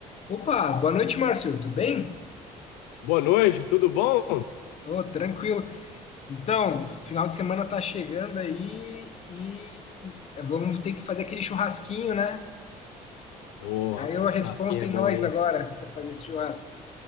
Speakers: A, on the left; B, on the left.
A: Opa, boa noite, Márcio. Tudo bem?
B: Boa noite, tudo bom?
A: Ô, tranquilo. Então, final de semana tá chegando aí e é, vamos ter que fazer aquele churrasquinho, né?
B: Ô,
A: Aí
B: rapaz,
A: a responsa
B: churrasquinho é
A: em
B: bom,
A: nós
B: hein?
A: agora para fazer esse churrasco.